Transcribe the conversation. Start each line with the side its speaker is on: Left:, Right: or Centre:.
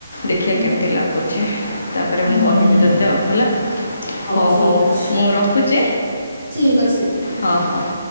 Left: ଦେଖିବା
Right: ହୁଁ
Left: କେମିତି ଲାଗୁଛି ତାପରେ
Right: ହୁଁ
Left: ମୁଁ କହିବି ତତେ ଆଉ ହେଲା। ହଉ
Right: ଠିକ
Left: ହଉ
Right: ଅଛି।
Left: ମୁଁ ରଖୁଛି
Right: ଠିକ୍ ଅଛି ଦିଦି।
Left: ହଁ ହଉ।